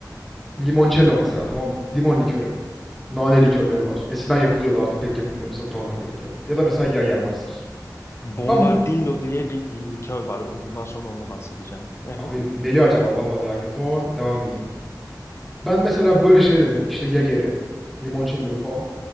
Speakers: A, in the centre; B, on the left (about 40°).
A: limoncello mesela tamam mı? Limon likörü. Nane likörleri var. Eskiden yapılıyordu artık pek yapılmıyor. Satın alman gerekiyor. Ya da mesela Jägermeister.
B: Bombardillo
A: Ben mut...
B: diye bir likör var. Bundan sonra onu bahsedeceğim. Evet.
A: Abi neli acaba? Vallahi merak ettim ama devam edeyim. Ben mesela böyle şeyleri işte Jager'i, limoncello'yu falan